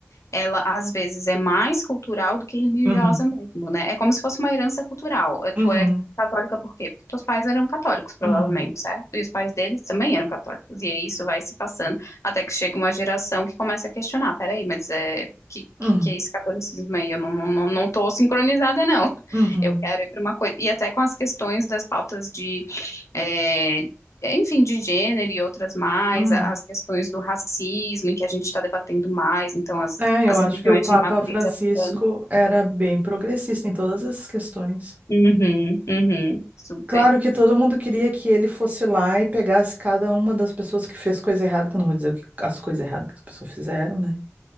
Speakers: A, on the left; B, on the right.
A: ela às vezes é mais cultural do que religiosa
B: Uhum,
A: mesmo, né? É como se fosse uma herança cultural. É, Tu
B: uhum,
A: é católica por quê? Porque teus pais eram católicos, provavelmente,
B: uhum,
A: certo? E os pais deles também eram católicos. E aí isso vai se passando até que chega uma geração que começa a questionar, peraí, mas é, que,
B: uhum,
A: que, que é esse catolicismo aí? Eu não, não, não não tô sincronizada, não. <laughs>
B: uhum,
A: Eu quero ir para uma coisa. E até com as questões das pautas de eh, enfim, de gênero e outras mais,
B: uhum.
A: a- as questões do racismo, em que a gente está debatendo mais, então as,
B: É, eu
A: as
B: acho
A: religiões
B: que o Papa
A: de matriz
B: Francisco
A: africana.
B: era bem progressista em todas essas questões.
A: Uhum, uhum, super.
B: Claro que todo mundo queria que ele fosse lá e pegasse cada uma das pessoas que fez coisa errada, que eu não vou dizer o que- as coisas erradas que as pessoas fizeram, né?